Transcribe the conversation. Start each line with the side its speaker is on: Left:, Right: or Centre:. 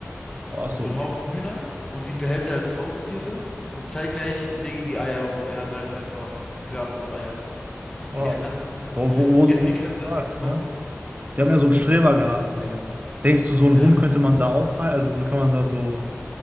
Right: Oh, so
Left: so einen
Right: viel.
Left: Haufen Hühner und die behält er als Haustiere und zeitgleich legen die Eier und er hat halt einfach gratis Eier, <laughs>
Right: Oh,
Left: die er
Right: wo, wo,
Left: die,
Right: wo,
Left: er die
Right: wo du
Left: ganze
Right: sagst,
Left: Zeit bekommt.
Right: ne? Wir haben ja so einen Strebergarten, Digga. Denkst du, so einen
Left: Ja.
Right: Huhn könnte man da aufhalten? Also so kann man da so